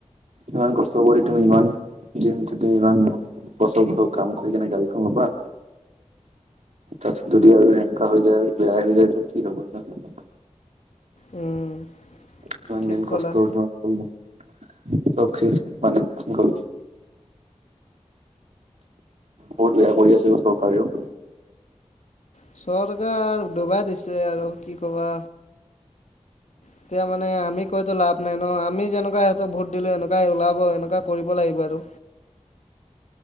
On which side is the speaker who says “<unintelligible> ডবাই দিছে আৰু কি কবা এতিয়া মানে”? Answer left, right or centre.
Left